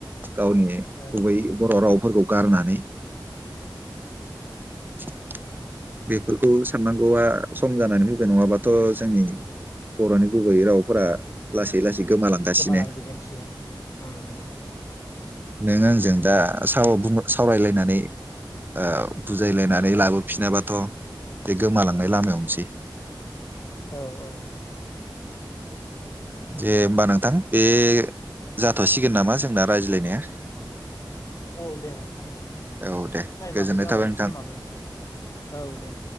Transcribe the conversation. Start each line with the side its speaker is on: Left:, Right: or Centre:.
Right: गावनि
Left: औ
Right: गुबै बर' रावफोरखौ गारनानै <inaudible> बेफोरखौ साननांगौआ सम जानानै फैबाय नङाबाथ' जोंनि बर'नि गुबैयै रावफोरा लासै लासै गोमालांगासिनो
Left: गोमालांजोबगोनसो ओम ओम।
Right: नों आंजों दा साव बुं सावरायलायनानै ओ बुजायलायनानै लाबोफिनाबाथ' बे गोमालांनाय लामायावनोसै।
Left: औ औ।
Right: जे होमबा नोंथां बे जाथ'सिगोन नामा जोंना रायज्लायनाया।
Left: औ दे नोंथांबो
Right: औ दे
Left: टाइमाबो
Right: गोजोननाय
Left: जाबाय
Right: थाबाय नोंथां
Left: समाबो औ दे।